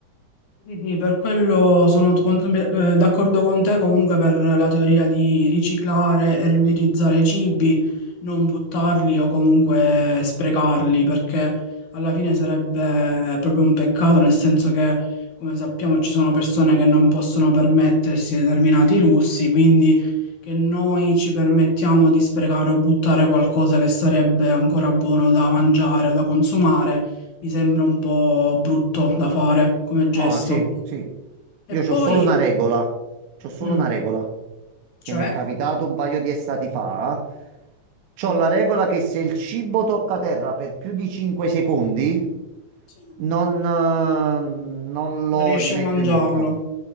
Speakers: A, on the left; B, on the right.
A: Sì, sì, per quello sono tu- con- eh, d'accordo con te comunque per la teoria di riciclare e riutilizzare i cibi, non buttarli o comunque sprecarli, perché alla fine sarebbe proprio un peccato, nel senso che, come sappiamo, ci sono persone che non possono permettersi determinati lussi, quindi che noi ci permettiamo di sprecare o buttare qualcosa che sarebbe ancora buono da mangiare o da consumare mi sembra un po' brutto da fare come gesto.
B: No, sì, sì. Io
A: E
B: c'ho
A: poi,
B: solo una regola. C'ho solo
A: mm,
B: una regola
A: cioè,
B: che mi è capitato un paio di estati fa. C'ho
A: sì,
B: la regola che se il cibo tocca terra per più di 5 secondi,
A: sì,
B: non, eh, non lo
A: non riesci
B: rimetto
A: a mangiarlo.
B: in bocca.